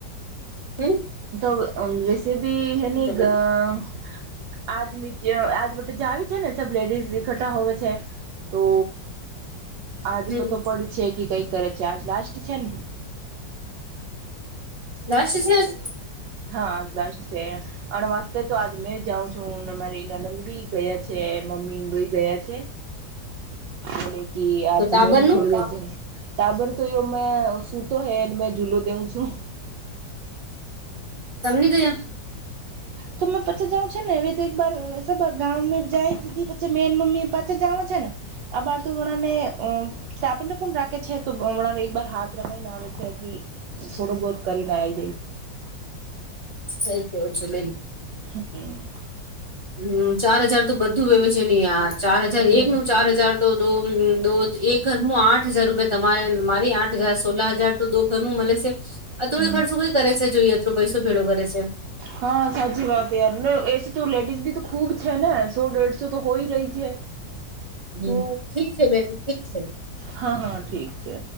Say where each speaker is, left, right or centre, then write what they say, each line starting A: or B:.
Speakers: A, on the right (about 20°); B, on the right (about 80°).
A: હમ્મ
B: તો અ રેસીપી હેનીગ
A: બધું
B: આજ મીટીયો આજ વતે જાવી છે ને સબ લેડીઝ એકઠા હોવે છે, તો આજ
A: હમ
B: તોતો પડી છે. કી કઈ કરે છે, આજ લાસ્ટ છે ને.
A: લાસ્ટ છે આજ?
B: હા આજ લાસ્ટ છે, અણ વાસતે તો આજ મેં જાઉં છું, ને મારી નનંદ બી ગયા છે, મમ્મી ને દોઈ ગયા છે. બોલે કે આજ
A: તો ટાબર
B: મેં ભી
A: નું
B: થોડ <unintelligible> ટાબર તો એવ મેં સૂતો હૈ મે જૂલો દેઉ છું.
A: તમની ધયા
B: તો મે પછી જઉં છે ને, એવી તો એકબાર ગામમે જાયી છી પછી મેન મમ્મી જામ છે ને, આબાર તું વણોરે તા આપણને કોણ રાખે છે તો હમણાં એક વાર હાથ રખીને આવે છે કે થોડો બહુંત કરીને આઈ જઈ.
A: સહી કેવો છો બેન.
B: હા બેન.
A: હમ્મ ચાર હજાર તો બધું વેવે છે ની યાર ચાર હજાર
B: હમ
A: એક નો ચાર હજાર. તો દો અમ્મા દો એ ઘરમુ આઠ હજાર રૂપિયા તમારે મારી આઠ હજાર સોલા હજાર તો દો ઘરમું મળે છે અથવા
B: હમ
A: એ ખર્ચો કઈ કરે છે જોઈએ અથ પૈસો ભેડો કરે છે.
B: હા સાચી વાત યાર ને એસી તો લેડીઝ બી તો ખૂબ છે ને સો દેઢસો તો હોય રહી છે.
A: હમ્મ
B: તો
A: ઠીક છે બેન ઠીક છે.
B: હા હા ઠીક છે.